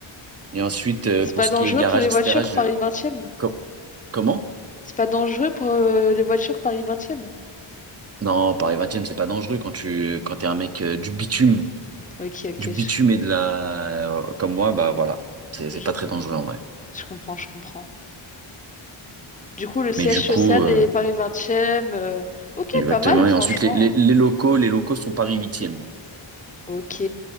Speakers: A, on the right (about 30°); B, on the left (about 15°).
A: Et ensuite euh,
B: C'est
A: pour
B: pas
A: ce
B: dangereux
A: qui est garage
B: pour les
A: etc.
B: voitures
A: Je
B: Paris 20e.
A: com- comment?
B: C'est pas dangereux pour euh, les voitures Paris 20e.
A: Non, Paris 20e, c'est pas dangereux quand tu quand t'es un mec euh, du bitume,
B: Ok, ok,
A: du
B: je,
A: bitume et de la euh, comme moi, bah voilà, c'est c'est
B: je,
A: pas très dangereux en vrai.
B: je comprends, je comprends. Du coup, le siège
A: Mais du
B: social
A: coup, euh,
B: est Paris 20 euh, ok,
A: exactement.
B: pas mal,
A: Et
B: franchement.
A: ensuite, les, les,
B: euh.
A: les locaux, les locaux sont Paris 8e.
B: Ok.